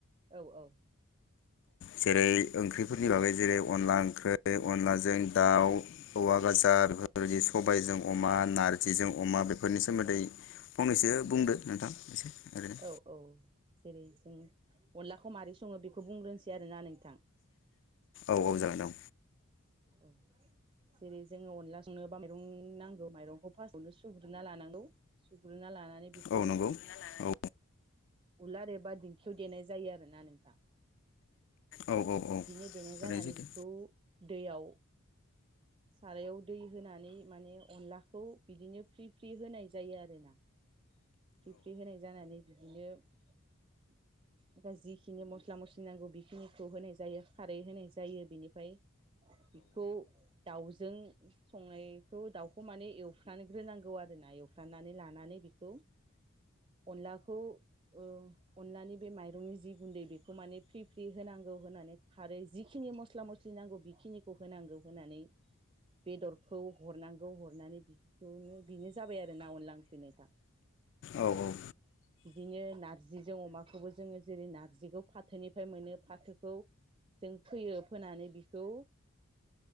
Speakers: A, on the right; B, on the left.
A: औ औ।
B: जेरै ओंख्रिफोरनि बागै जेरै अनला ओंख्रै, अनलाजों दाउ, औवा गाजार बेफोरबायदि सबायजों अमा, नारजिजों अमा बेफोरनि सोमोन्दै फंनैसो बुंदो नोंथां एसे ओरैनो
A: औ औ जेरै जों अनलाखौ मारै सङो बेखौ बुंग्रोनोसै आरोना नोंथां।
B: औ औ जागोन औ।
A: औ जेरै जोङो अनला संनोबा माइरं नांगौ माइरंखौ फार्स्ट नो सुग्रोना लानांगौ सुग्रो ना लानानै बिखौ
B: औ नंगौ औ
A: उलार एबा दिंखियाव देनाय जायो आरोना नोंथां।
B: औ औ औ
A: बिदिनो देनाय
B: थारैनो
A: जानानै
B: सैथो
A: बिखौ दैयाव सारायाव दै होनानै माने अनलाखौ बिदिनो फ्रि फ्रि होनाय जायो आरोना। फ्रि फ्रि होनाय जानानै बि बिनो जिखिनि मस्ला मस्लि नांगौ बेखिनिखौ होनाय जायो खारै होनाय जायो बिनिफ्राय बिखौ दाउजों संनायखौ दाउखौ माने एवफ्रानोग्रोनांगौ आरोना एवफ्रानानै लानानै बेखौ अनलाखौ ओ अनलानि बे माइरंनि जि गुन्दै बेखौ माने फ्रि फ्रि होनांगौ होनानै खारै जिखिनि मस्ला मस्लि नांगौ बेखिनिखौ होनांगौ होनानै बेदरखौ हरनांगौ हरनानै बेखौनो बेनो जाबाय आरो ना अनला ओंख्रि नोंथां।
B: औ औ।
A: बिदिनो नार्जिजों अमाखौबो जोङो जेरै नारजिखौ फाथोनिफ्राय मोनो फाथोखौ जों फोयो फोनानै बिखौ